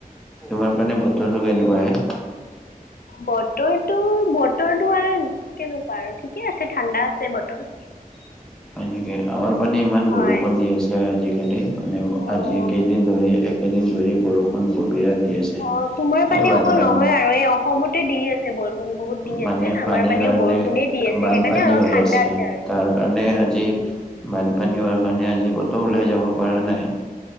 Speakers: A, in the centre; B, on the left.
A: তোমাৰ পিনে বতৰটো কেনেকুৱাহে?
B: বতৰটো বতৰটো আৰু কেনেকুৱা আৰু ঠিকে আছে ঠাণ্ডা আছে বতৰ।
A: <inaudible> হয় নেকি, আমাৰ পানে ইমান
B: হয়,
A: বৰষুণ দি আছে আজিকালি মানে
B: অ'।
A: আজি কেইদিন ধৰি- কেদিন ধৰি বৰষুণ বিৰাট দি আছে।
B: অ' তোমাৰ পানে
A: এ বানপানী
B: অকল নহয় আৰু, এই অসমতে দি আছে বৰষুণ। বহুত দি
A: মানে
B: আছে
A: পানীৰ
B: আমাৰ পানেও
A: কাৰণে
B: বৰষুণে দি আছে
A: বানপানী
B: সেইকাৰণে অলপ
A: হৈ
B: ঠাণ্ডা আছে আৰু,
A: তাৰ কাৰণে
B: উম
A: আজি
B: উম'।
A: বানপানী হোৱাৰ কাৰণে আজি কতো ওলাই যাব পৰা নাই।